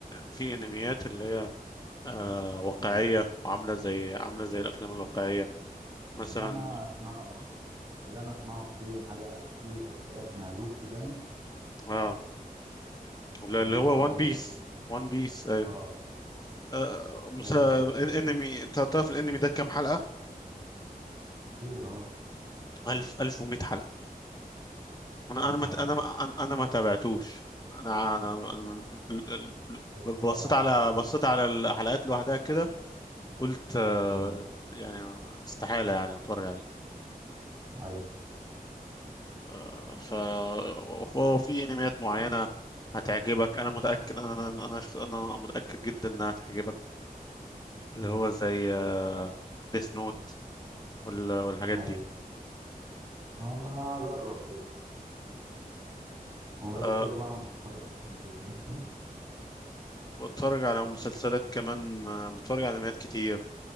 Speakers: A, on the left; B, on the right.
A: في انميات اللي هي آه، واقعيه
B: يعني
A: وعامله زي عامله زي الافلام الواقعيه مثلا
B: اللي أنا أسمعه اللي أنا أسمعه في حاجة في شخصية اسمها لوفي باين
A: اه اللي
B: مم،
A: هو
B: هو ده
A: وان
B: اللي
A: بيس وان بيس ايوه
B: آه آه.
A: آه، مسا-
B: ده أسمع عنه
A: انمي تعرف الانمي ده كام حلقه
B: كتير آه
A: 1000 1100 حلقه انا
B: يا
A: انا
B: نهار
A: ما انا
B: أبيض
A: ما انا أنا ما تابعتوش انا انا أنا- ال- ال-
B: بتتفرج
A: ال- بصيت على
B: على أجزاء
A: بصيت
B: منه؟
A: على الحلقات لوحدها كده قلت آه،
B: مم.
A: يعني استحالة يعني اتفرج عليه
B: أيوه
A: آه، ف هو في انميات معينة هتعجبك انا متأكد انا انا انا شخ- أنا متأكد جدا انها هتعجبك اللي
B: مم.
A: هو زي ديث نوت والحاجات
B: أيوه
A: دي
B: هبقى أجرب كده وغير
A: آه،
B: كده بقى ما بتتفرجش على المسلسلات كده
A: بتفرج على مسلسلات كمان آه، بتفرج على انميات كتير